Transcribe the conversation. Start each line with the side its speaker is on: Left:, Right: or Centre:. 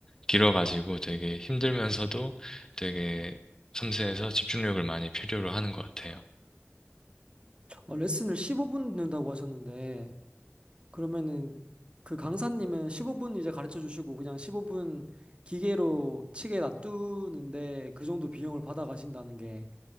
Left: 길어가지고 되게 힘들면서도 되게 섬세해서 집중력을 많이 필요로 하는 것 같아요.
Right: 어, 레슨을 15분 듣는다고 하셨는데, 그러면은 그 강사님은 15분 이제 가르쳐 주시고 그냥 15분 기계로 치게 놔두는데 그 정도 비용을 받아 가신다는 게